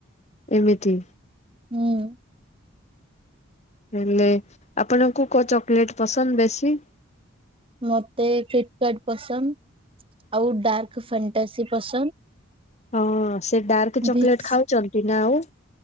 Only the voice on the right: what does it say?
ହୁଁ।
ମତେ ଫ୍ଲିପକାର୍ଟ ପସନ୍ଦ ଆଉ ଡାର୍କ ଫାଣ୍ଟ ଟା ସି ପସନ୍ଦ।
ଭିକ୍ସ